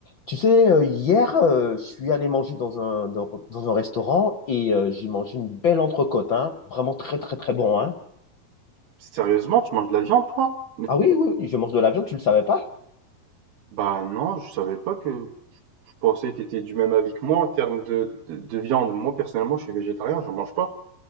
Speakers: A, on the left; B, on the right.
A: Tu sais, euh, hier, euh, je suis allé manger dans un, dans, dans un restaurant et euh, j'ai mangé une belle entrecôte, hein. Vraiment très, très, très bon, hein.
B: Sérieusement, tu manges de la viande, toi? Mais,
A: Ah oui, oui, oui, je mange de la viande, tu le savais pas?
B: bah non, je savais pas que. Je pensais que t'étais du même avis que moi en termes de, de, de viande. Moi, personnellement, je suis végétarien, j'en mange pas.